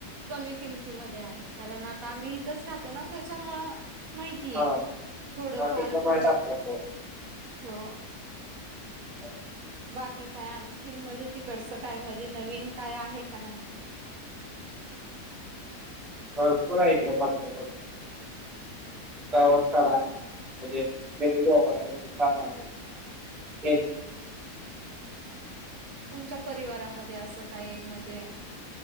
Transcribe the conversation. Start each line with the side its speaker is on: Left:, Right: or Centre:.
Right: कमी किमतीमध्ये आहे कारण आता आम्ही इथच राहतो ना त्याच्यामुळ. माहितीये
Centre: हा
Right: थोडफार
Centre: हा तिथलं माहीत
Right: तर
Centre: आपल्याला
Right: हो.
Centre: <inaudible>
Right: बाकी काय आणखीन म्हणजे तिकडच काय म्हणजे नवीन काय आहे का नाही?
Centre: भरपूर आहे इकड बघण्यासारख. <unintelligible> काढा म्हणजे मिनीबो आहे रंग <unintelligible> ता आहे. तेच.
Right: तुमच्या परिवारामध्ये अस काही म्हणजे